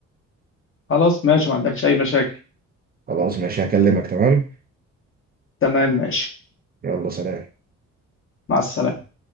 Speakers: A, on the left (about 45°); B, on the right (about 30°).
A: خلاص ماشي ما عندكش اي مشاكل
B: خلاص ماشي هكلمك تمام
A: تمام ماشي
B: يلا سلام
A: مع السلامه